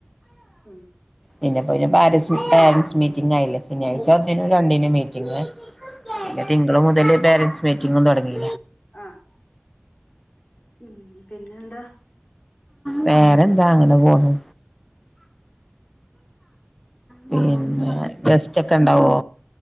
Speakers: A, on the left; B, in the centre.
A: ഉം
B: പിന്നെപ്പോന്നെ പാരൻസ് പാരൻറ്സ് മീറ്റിംഗ് ആയില്ലെ ശനിയാഴ്ച്ച ഒന്നിനും രണ്ടിനും മീറ്റിംഗ്
A: ആ
B: പിന്നെ തിങ്കളു മുതല് പേരന്റ്സ് മീറ്റിങ്ങും തുടങ്ങി
A: ആഹ് ഉം പിന്നെന്താ
B: വേറെന്താ അങ്ങനെ പോണു പിന്നെ ഗസ്റ്റ് ഒക്കെ ഉണ്ടാവോ